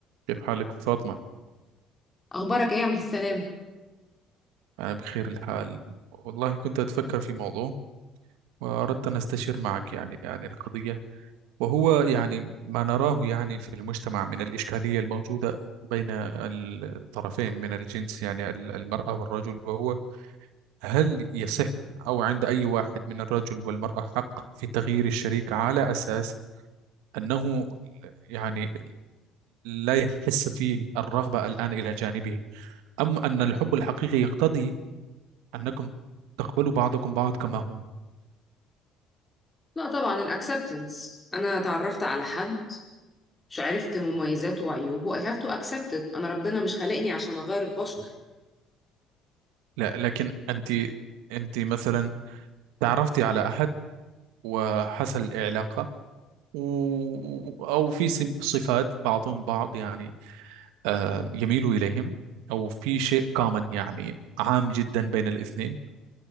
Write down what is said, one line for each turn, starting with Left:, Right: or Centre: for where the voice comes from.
Right: كيف حالك فاطمة؟
Left: اخبارك ايه يا عبد السلام
Right: أنا بخير الحال والله كنت أتفكر في موضوع وأردت أن أستشير معك يعني عن القضية وهو يعني ما نراه يعني في المجتمع من الإشكالية الموجودة بين الطرفين من الجنس يعني ال- المرأة والرجل وهو هل يصح أو عند أي واحد من الرجل والمرأة حق في تغيير الشريك على أساس أنه يعني لا يحس فيه الرغبة الآن إلى جانبه أم أن الحب الحقيقي يقتضي أنكم تقبلوا بعضكم بعض كما هم
Left: لا طبعا الاكسبتنس انا تعرفت على حد مش عرفت مميزاته وعيوبه I have to accept it انا ربنا مش خلقني عشان اغير البشر
Right: لا لكن أنت أنت مثلا تعرفتي على أحد وحصل علاقة و... أو في سم- صفات بعضهم بعض يعني آه يميلوا إليهم أو في شيء كومن يعني عام جدا بين الاثنين